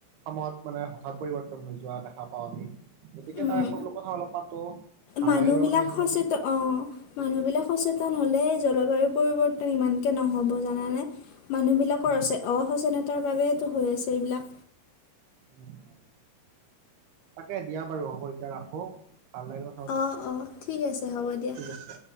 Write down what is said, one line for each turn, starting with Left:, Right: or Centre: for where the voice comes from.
Right: সময়ত মানে হঠাৎ পৰিৱৰ্তন হৈ যোৱা দেখা পাও আমি। গতিকে
Left: উম,
Right: তাৰ ওপৰত বোলো কথা অলপ পাতো ভাল
Left: মানুহবিলাক
Right: লাগে বাৰু কথাখিনি
Left: সচেতন
Right: পাতি।
Left: অঁ অ অ অ, মানুহবিলাক সচেতন হ'লেই জলবায়ুৰ পৰিৱৰ্তন ইমানকে নহ'ব জানানে। মানুহবিলাকৰ
Right: উম
Left: অচে
Right: উম
Left: অসচেতনতাৰ বাবেতো হৈ আছে এইবিলাক।
Right: উম উম তাকে দিয়া বাৰু হ'ব এতিয়া ৰাখো ভাল লাগিলে ক-
Left: অঁ অঁ ঠিক আছে হ'ব দিয়া।
Right: আছে